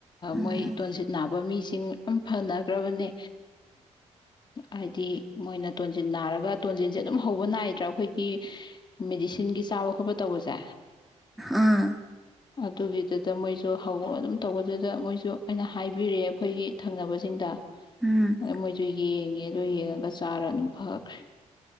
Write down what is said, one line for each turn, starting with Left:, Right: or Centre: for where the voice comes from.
Centre: ꯎꯝ
Left: ꯃꯣꯏ ꯇꯣꯟꯁꯤꯜ ꯅꯥꯕ ꯃꯤꯁꯤꯡ ꯑꯝ ꯐꯅꯈ꯭ꯔꯕꯅꯦ ꯍꯥꯏꯗꯤ ꯃꯣꯏꯅ ꯇꯣꯟꯖꯤꯟ ꯅꯥꯔꯒ ꯇꯣꯟꯖꯤꯟꯁꯦ ꯑꯗꯨꯝ ꯍꯧꯕ ꯅꯥꯏꯗ꯭ꯔꯥ ꯑꯩꯈꯣꯏꯒꯤ ꯃꯦꯗꯤꯁꯤꯟꯒꯤ ꯆꯥꯕ ꯈꯣꯠꯄ ꯇꯧꯕꯁꯦ
Centre: ꯑꯥ
Left: ꯑꯗꯨꯒꯤꯗꯨꯗ ꯃꯣꯏꯁꯨ ꯍꯧꯔ ꯑꯗꯨꯝ ꯇꯧꯕꯗꯨꯗ ꯃꯣꯏꯁꯨ ꯑꯩꯅ ꯍꯥꯏꯕꯤꯔꯦ ꯑꯈꯣꯏꯒꯤ ꯊꯪꯅꯕꯁꯤꯡꯗ
Centre: ꯎꯝ
Left: ꯑ ꯃꯣꯏꯁꯨ ꯌꯦꯡꯉꯦ ꯑꯗꯨꯗꯣ ꯌꯦꯡꯉꯒ ꯆꯥꯔ ꯑꯗꯨꯝ ꯐꯈ꯭ꯔꯦ